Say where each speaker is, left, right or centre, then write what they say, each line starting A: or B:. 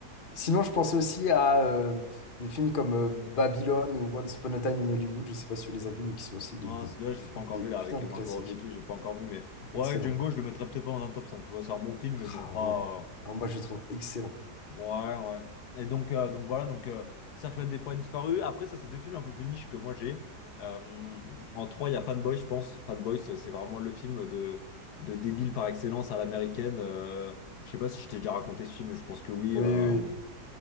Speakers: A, on the left (about 40°); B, on the left (about 75°).
A: Sinon, je pensais aussi à euh, des films comme euh, Babylone ou Once Upon a Time in Hollywood, je sais pas si tu les as vus, mais qui sont aussi des,
B: Ah,
A: des,
B: c'est dommage, je
A: pu-
B: ne l'ai pas encore
A: des
B: vu
A: putains
B: là avec
A: de
B: Margot
A: classiques.
B: Robbie et tout, j'ai pas encore vu, mais ouais,
A: Excellent.
B: Django, je le mettrais peut-être pas dans un top cinq tu vois, c'est un bon film, mais bon,
A: Ah
B: pas.
A: ouais.
B: euh,
A: Ah, moi, je le trouve excellent.
B: Ouais, ouais. Et donc, euh, donc voilà, donc euh, Cercle des poètes disparus. Après, ça, c'est deux films un peu plus niche que moi j'ai. Euh, en trois, il y a Fanboy, je pense. Fanboy, c'est c'est vraiment le film de, de débile par excellence à l'américaine. Euh, je sais pas si je t'ai déjà raconté ce film, je pense que oui.
A: Oui,
B: euh,
A: oui,